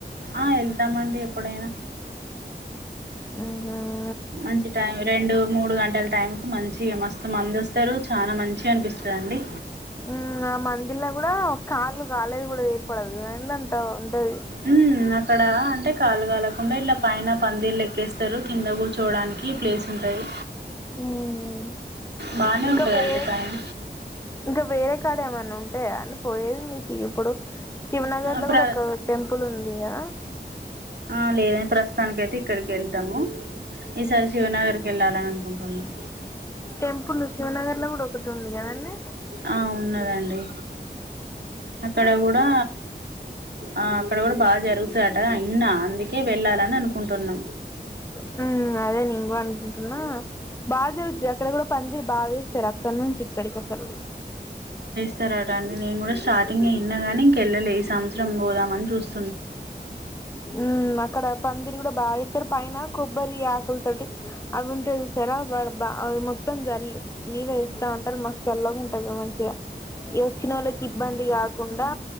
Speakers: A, on the right; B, on the left.
A: ఆ వెళ్తామండి ఎప్పుడైనా
B: మ్మ్ హ్మ్
A: మంచి టైం రెండు మూడు గంటలు టైం కు మంచి మస్తు మందు వస్తారు చాలా మంచిగా అనిపిస్తదండి
B: హ్మ్ ఆ మందిలో కూడా కాళ్ళు కాలేది కూడా ఏర్పడదు అంత ఉంటది
A: హ్మ్ అక్కడ అంటే కాళ్లు కాలకుండా ఇట్లా పైన పందిరి లెక్క ఎక్కేస్తారు కింద కూర్చోడానికి ఈ ప్లేస్ ఉంటది
B: మ్మ్
A: బానే
B: ఇంకా
A: ఉంటదండి
B: వేరే
A: పైన
B: ఇంకా వేరే కాడ ఏమన్నా ఉంట అంటే అని పోయేది మీకు ఎప్పుడు శివనగర్
A: ఆ
B: లో
A: ప్ర
B: కూడా ఒక టెంపుల్ ఉంది ఉంది యా
A: ఆ లేదండి ప్రస్తుతానికి అయితే ఇక్కడికి వెళ్తాము ఈసారి శివనగర్కి వెళ్ళాలని అనుకుంటున్నాం
B: టెంపుల్ శివనగర్ లో కూడా ఒకటి ఉంది కదా అండి
A: ఆ ఉన్నదండి అక్కడ కూడా ఆ అక్కడ కూడా బాగా జరుగుతాట ఇన్న అందుకే వెళ్ళాలని అనుకుంటున్నాం
B: హ్మ్ అదే నేను కూడా అనుకుంటున్న బాగా జరుగుతుంది అక్కడ కూడా పందిరి బాగా వేస్తారు అక్కడ నుంచి ఇక్కడికి అసలు
A: సరే అట అడి నేను కూడా స్టార్టింగే విన్న కానీ ఇంకా వెళ్లలే ఈ సంవత్సరం పోదామని చూస్త
B: హ్మ్ అక్కడ పందిరి కూడా బాగా ఇస్తారు పైన కొబ్బరి ఆకుల తోటి అవి ఉంటాయి చూసారా బాళ బా అ మొత్తం జ అల్ మీద వేస్తా ఉంటారు మస్తు చల్లగా ఉంటుంది కదా మంచిగా ఈ వచ్చిన వాళ్ళకి ఇబ్బంది కాకుండా